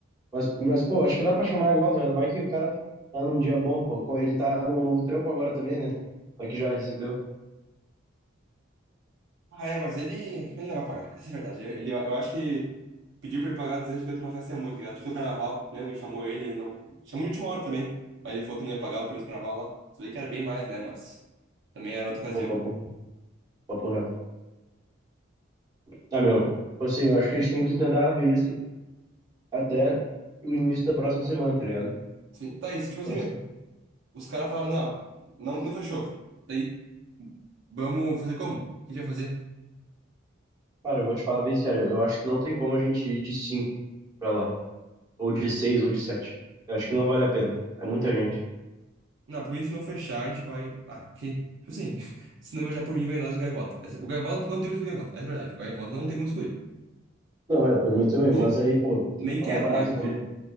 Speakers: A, on the right; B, on the right.
A: Mas, mas, pô, acho que dá pra chamar igual, tá ligado? Vai que o cara tá num dia bom, pô. Como Ele tá num novo trampo agora também, né? Vai que já recebeu.
B: Ah, é, mas ele, ele não vai pagar. Essa é a verdade. Ele, ele- eu acho que pedir pra ele pagar 250 numa festa é muito, tá ligado? Tipo no carnaval. Lembra que chamou ele? Ele não. Chamou de última hora também. Mas ele falou que não ia pagar o preço do carnaval lá. Isso aí que era bem mais, né? Mas também era outra ocasião.
A: Pô, papo, papo reto. Tá, meu. Tipo assim, eu acho que a gente tem que tentar ver isso até o início da próxima semana, tá ligado?
B: Sim. Tá aí, se tipo
A: Tipo
B: assim,
A: assim,
B: meu. Os caras falaram, não, não, não fechou. Daí, vamos fazer como? O que a gente vai fazer?
A: cara, eu vou te falar bem sério. Eu acho que não tem como a gente ir de cinco pra lá. Ou de seis, ou de sete. Eu acho que não vale a pena. É muita gente.
B: Não, por mim, se não fechar, a gente vai. Ah, que. Tipo assim, <laughs> se não fechar por mim, vai nós e o Gaivota. Essa- O Gaivota não tem como excluir o Gaivota, essa é a verdade. O Gaivota não tem como excluir.
A: Não, é, por mim também.
B: Tipo
A: Mas aí,
B: assim,
A: pô,
B: nem
A: tem que chamar
B: quero,
A: o barata
B: tá ligado, com
A: também.
B: ele.